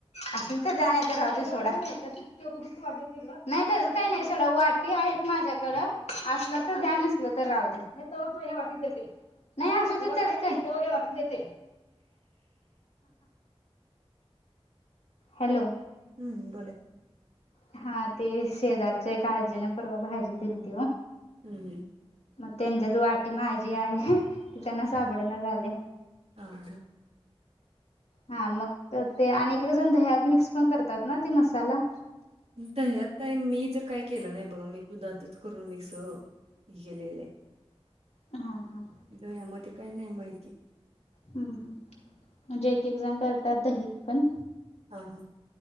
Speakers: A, on the left; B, on the right.
A: असल तर जाण तर राजू सोडा. नाही तरच काही नाही सड वाट आहेत माझ्याकडं असलं तर ध्यान असलं तर राह दे. नाही तर तू हे वाटच काही नाही अस तथ काही े वाटत येते. हॅलो.
B: हम्म बो.
A: हा ते शेजारच्या एका आजीने परवा भाजी दिली त व
B: हम् हम
A: मग त्यांच्यात वाटी माझी आहे ती त्यांना साबळेना झाले.
B: ह.
A: हा मग ते आणि एक जण दह्यात मिक्स पण करतात ना ते मसाला
B: दयात मी तर काय केलं नाही बघा मी दुधातच करून मिक्स केलेलं आहे
A: हा हा.
B: धयामध्ये काय नाय माहिती
A: हम् हम म्हणजे एक एकजण करतात दहीत पण
B: हा हां